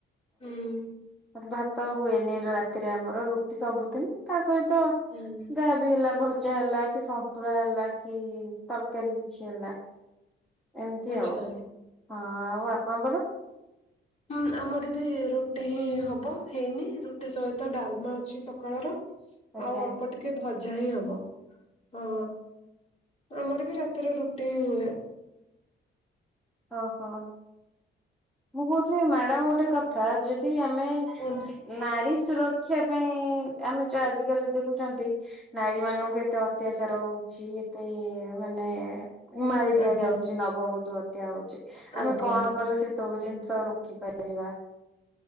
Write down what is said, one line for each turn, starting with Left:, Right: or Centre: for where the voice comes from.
Left: ହୁଁ।
Centre: ମତେ ଭାତ ହୁଏନି ରାତିରେ ଆମର ରୁଟି ସବୁଦିନ ତା ସହିତ
Left: ହୁଁ
Centre: ଯାହା ବି ହେଲା ଭଜା ହେଲା କି ସନ୍ତୁଳା ହେଲା କି ତରକାରୀ କିଛି ହେଲା ଏମ୍ ତି
Left: ଆଚ୍ଛା
Centre: ଆଉ ହଁ ଆଉ ଆପଣଙ୍କର?
Left: ହଁମ୍ ଆମର ବି ରୁଟି ହିଁ ହବ ହେଇନି ରୁଟି ସହିତ ଡାଲ୍‌ମା ଅଛି ସ କଳର
Centre: ଆଜ୍ଞା
Left: ଆଉ ଅଳ୍ପ ଟିକେ ଭଜା ହିଁ ହବ ହଁ। ଆମର ବି ରାତିରେ ରୁଟି ହିଁ ହୁଏ।
Centre: ଅ ହ। ମୁଁ କହୁଥିଲି ମ୍ୟାଡ। ମ ଗୋଟେ କଥା ଯଦି ଆମେ
Left: କୁହନ୍ତୁ
Centre: ନାରୀ ସୁର ଖିଆ ପାଇଁ ଆମେ ଯୋଉ ଆଜିକାଲି ଦେଖୁଚନ୍ତି ନାରୀ ମାନଙ୍କୁ ଏତେ ଅତ୍ୟାଚାର ହଉଛି ଏତେ ମାନେ ମାରି ଦିଆଯାଉଚି
Left: ଆଜ୍ଞା
Centre: ନବବଧୂ ହତ୍ୟା ହଉଚି
Left: ଆଜ୍ଞା।
Centre: ଆମେ କଣ କଲେ ସେ ସବୁ ଜିନିଷ ରୋକିପାରିବା।